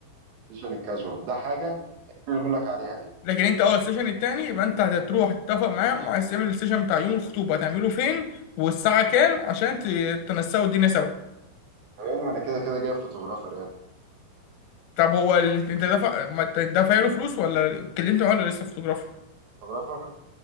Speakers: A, on the right; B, on the left.
A: السيشن الكاجوال ده حاجه اللي بقول لك عليها دي
B: لكن انت اول سيشن التاني يبقى انت هتروح تتفق معاهم عايز تعمل السيشن بتاع يوم الخطوبه هتعمله فين والساعه كام عشان ت- تنسقوا الدنيا سوا
A: طب يا ابني ما انا كده كده جايب فوتوغرافر يا ابني
B: طب هو ال... انت دفع ما انت دافع له فلوس ولا اتكلمت معاه ولا لسه فوتوغرافر
A: فوتوغرافر